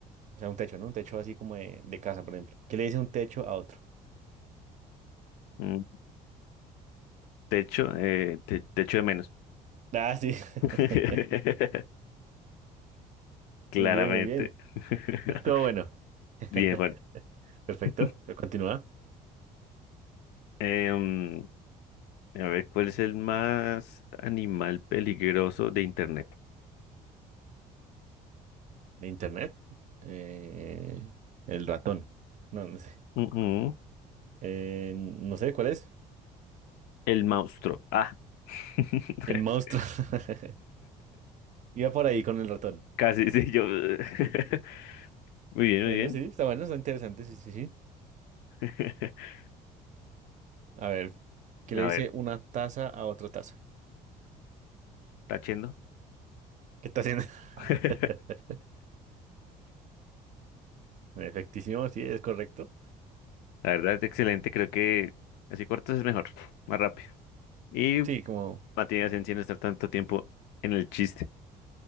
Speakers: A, on the right; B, on the left.
A: O sea, un techo, ¿no? Un techo así como de, de casa, por ejemplo. ¿Qué le dice un techo a otro?
B: Mm, Te echo, eh, te, te echo de menos.
A: Ah, sí. <laughs>
B: <laughs> Claramente.
A: Muy bien, muy bien.
B: <laughs>
A: Todo bueno. <laughs>
B: Bien, Juan.
A: Perfecto.
B: <laughs>
A: Continúa.
B: Em, a ver, ¿cuál es el más animal peligroso de Internet?
A: Internet. Eh, el ratón. No, no sé.
B: Ujú, ujú.
A: Eh, no sé cuál es.
B: El monstruo. Ah. <laughs>
A: El monstruo. <laughs> Iba por ahí con el ratón.
B: Casi, sí, yo. <laughs> Muy bien,
A: Bueno,
B: muy bien.
A: sí, está bueno, está interesante. Sí, sí, sí.
B: <laughs>
A: A ver, ¿qué
B: A
A: le dice
B: ver,
A: una taza a otra taza?
B: tachendo.
A: ¿Qué está haciendo?
B: <laughs>
A: <laughs> Efectísimo, sí, es correcto.
B: La verdad, excelente. Creo que así cortas es mejor, más rápido. Y
A: Sí, como
B: No tiene sentido estar tanto tiempo en el chiste.